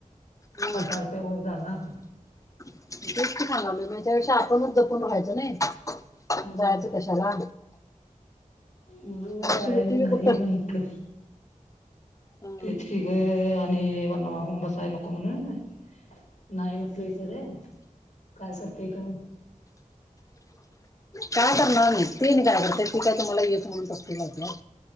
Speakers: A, on the left (about 25°); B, on the left (about 60°).
A: हम्म
B: हजार त्यावर जाणार.
A: तेच सांगालोय म त्याच्यापेक्षा आपणच जपून राहायच नाही.
B: होय
A: जायचं कशाला?
B: म्हणून काय
A: श्रुती
B: नाही
A: बी कुठं
B: म्हंटल
A: हं.
B: तेच की हे आणि वनवा होऊन बसायला नको म्हणून. नाही म्हटलं इकडे काय करतेय का
A: काय कर ना निघतेय काय करते ती काय तुम्हाला य म्हणत असलं.